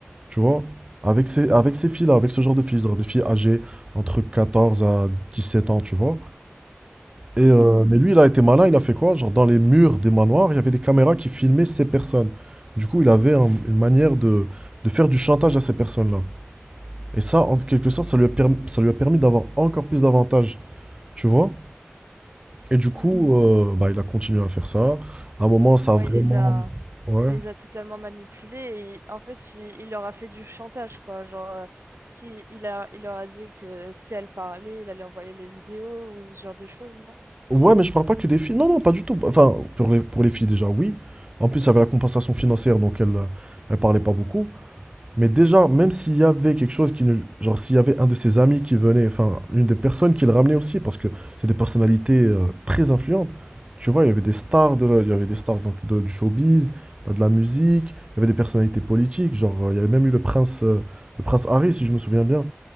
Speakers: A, on the right; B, on the right.
A: tu vois. Avec ces, avec ces filles-là, avec ce genre de filles, genre des filles âgées entre 14 à 17 ans, tu vois. Et, euh,
B: mm,
A: mais lui, il a été malin, il a fait quoi? Genre, dans les murs des manoirs, il y avait des caméras qui filmaient ces personnes. Du coup, il avait un- une manière de, de faire du chantage à ces personnes-là. Et ça, en quelque sorte, ça lui a permis, ça lui a permis d'avoir encore plus d'avantages, tu vois? Et du coup,
B: mm.
A: euh, bah, il a continué à faire ça. À un moment, ça
B: Ouais,
A: a vraiment...
B: il les a,
A: Ouais.
B: il les a totalement manipulés et en fait, il, il leur a fait du chantage, quoi. Genre, euh, qui, il a, il leur a dit que si elles parlaient, il allait envoyer les vidéos ou ce genre de choses, non?
A: Ouais, mais je parle pas que des filles. Non, non, pas du tout. Enfin, pour les, pour les filles, déjà, oui. En plus, il y avait la compensation financière, donc elle, euh, elle parlait pas beaucoup. Mais déjà, même s'il y avait quelque chose qui ne... Genre, s'il y avait un de ses amis qui venait, enfin, une des personnes qui le ramenait aussi, parce que c'est des personnalités euh, très influentes. Tu vois, il y avait des stars, de la- il y avait des stars donc, de, du showbiz, bah, de la musique, il y avait des personnalités politiques. Genre, euh, il y avait même eu le prince, euh, le prince Harry, si je me souviens bien,